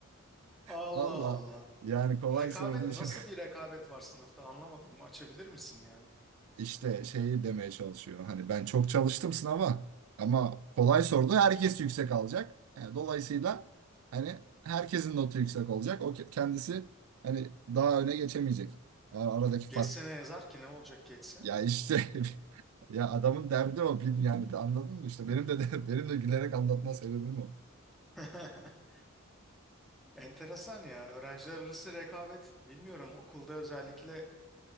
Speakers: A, on the right; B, in the centre.
A: <laughs>
B: Allah
A: Valla
B: Allah.
A: yani kolay
B: Rekabet
A: sorduğu
B: nasıl
A: için
B: bir rekabet var sınıfta anlamadım. Açabilir misin yani?
A: <laughs> işte şeyi demeye çalışıyor. Hani ben çok çalıştım sınava ama kolay sordu. Herkes yüksek alacak. Yani dolayısıyla hani herkesin notu yüksek olacak. O ke- kendisi hani daha öne geçemeyecek. A- Aradaki
B: Geçse
A: fark
B: ne yazar ki ne olacak geçse?
A: Ya işte <laughs> ya adamın derdi o film yani de anladın mı işte benim de, de <laughs> benim de gülerek anlatma sebebim o.
B: <laughs> Enteresan ya. Öğrenciler arası rekabet bilmiyorum okulda özellikle